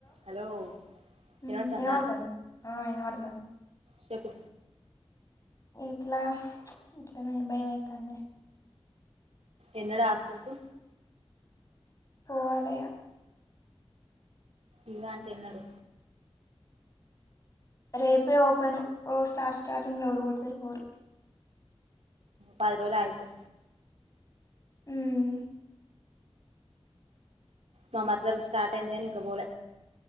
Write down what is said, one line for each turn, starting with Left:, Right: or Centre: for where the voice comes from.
Right: Hello
Left: ఉమ్
Right: వినబడుతాందా
Left: ఇనపడతాంది ఆ ఇనపడతాంది
Right: చెప్పు
Left: ఇంట్ల ఇట్లా నే భయం అయితాందే
Right: ఎల్లాడా హాస్టల్ కి
Left: పోవాలే ఇగ
Right: ఇగ తిన్నడు
Left: రేపే ఓపెను ఓ స్టార్ట్ స్టార్టింగ్ లో ఏవడుపోతరు పోరు
Right: పది రోజులాగితే
Left: హ్మ్
Right: మా మరదలకు స్టార్ట్ అయిందిగా ఇంకపోల